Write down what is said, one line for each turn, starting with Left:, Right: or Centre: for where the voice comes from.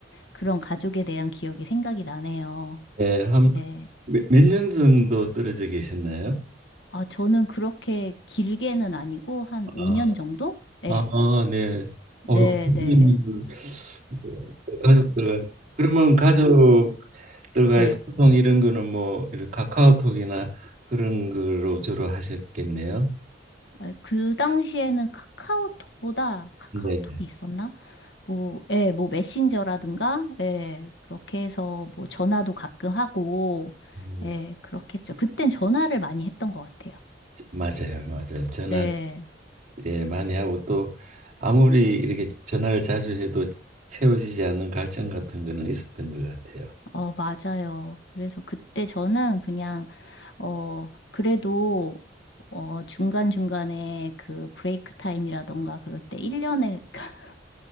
Left: 그런 가족에 대한 기억이 생각이 나네요.
Right: 네, 한
Left: 네.
Right: 몇 년 정도 떨어져 계셨나요?
Left: 아, 저는 그렇게 길게는 아니고 한 5년
Right: 아,
Left: 정도? 네.
Right: 아, 네.
Left: 네,
Right: 어, 유 선생님은
Left: 네.
Right: 뭐 가족들 그러면 가족들과의
Left: 네.
Right: 소통 이런 거는 뭐 이렇게 카카오톡이나 그런 거로 주로 하셨겠네요.
Left: 아, 그 당시에는 카카오톡보다 카카오톡이
Right: 네.
Left: 있었나? 뭐, 예, 뭐 메신저라든가, 예, 그렇게 해서 뭐 전화도 가끔 하고,
Right: 음,
Left: 예, 그렇겠죠. 그땐 전화를 많이 했던 것 같아요.
Right: 맞아요, 맞아요. 전화
Left: 네,
Right: 예 많이 하고 또 아무리 이렇게 전화를 자주 해도 채워지지 않는 갈증 같은 거는 있었던 것 같아요.
Left: 어, 맞아요. 그래서 그때 저는 그냥, 어, 그래도, 어, 중간중간에 그 브레이크 타임이라던가 그럴 때 1년에 <laughs>